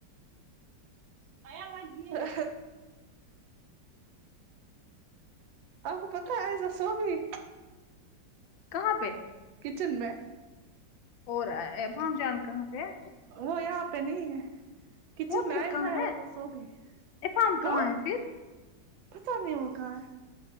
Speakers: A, on the right (about 85°); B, on the left (about 80°).
A: اہ آپ کو پتہ ہے آئیزہ سو گئی
B: کہاں پہ
A: کچن میں
B: ہو رہا ہے بھاب جان کہاں پہ ہے
A: وہ یہاں پہ نہیں ہے کچن
B: وہ
A: میں
B: پھر
A: ائیزا
B: کہاں
A: ہے اور وہ سوگئی ہے
B: افام کہاں
A: کون
B: ہے پھر
A: پتا نہیں وہ کہاں ہے